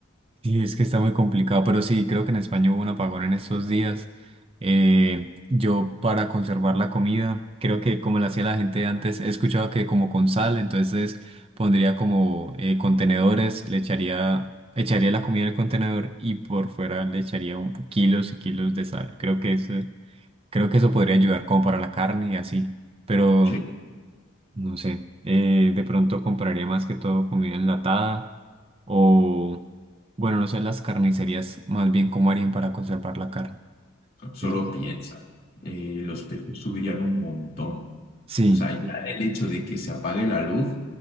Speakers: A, on the right; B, on the left.
A: Sí, es que está muy complicado, pero sí, creo que en España hubo un apagón en estos días. Eh, yo para conservar la comida, creo que como la hacía la gente antes, he escuchado que como con sal, entonces pondría como eh, contenedores, le echaría, echaría la comida en el contenedor y por fuera le echaría un, kilos y kilos de sal. Creo que eso, creo que eso podría ayudar como para la carne y así. Pero
B: Sí.
A: No sé, eh, de pronto compraría más que todo comida enlatada o, bueno, no sé, las carnicerías más bien cómo harían para conservar la carne.
B: Solo
A: Es-
B: piensa. Eh, los precios subirían un montón. O
A: Sí,
B: sea, ya el hecho de que se apague la luz,